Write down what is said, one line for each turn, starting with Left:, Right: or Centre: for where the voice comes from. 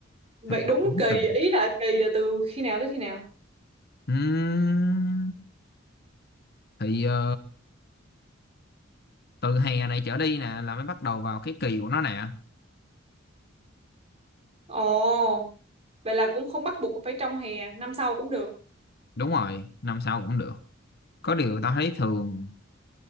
Right: Vậy
Left: thực
Right: đúng
Left: tập đúng
Right: kỳ,
Left: kỳ
Right: ý là kỳ là từ khi nào tới khi nào?
Left: Ừm, thì ờ, từ hè này trở đi nè là mới bắt đầu vào cái kỳ của nó nè
Right: Ồ, vậy là cũng không bắt buộc phải trong hè, năm sau cũng được.
Left: Đúng rồi, năm sau cũng được. Có điều tao thấy thường